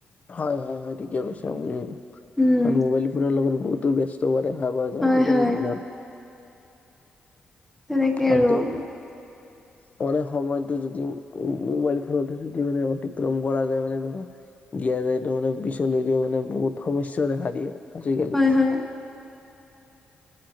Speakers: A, on the left; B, in the centre.
A: হয় হয় হয় ঠিকে কৈছে আপুনি,
B: উম
A: কাৰন মোবাইল ফোনৰ লগত বহুতো ব্যছ চবতে দেখা পোৱা যায়
B: হয়
A: আজিকালিৰ
B: হয়
A: দিনত।
B: তেনেকে
A: আলটো
B: আৰু <inaudible>
A: পঢ়া সময়তো যদি মোবাইল ফোনতে যদি মানে অতিক্ৰম কৰা যায় মানে ধৰা দিয়া যায়তো মানে পিছলৈকে মানে বহুত সমস্যাও দেখা দিয়ে আজিকালি।
B: হয় হয়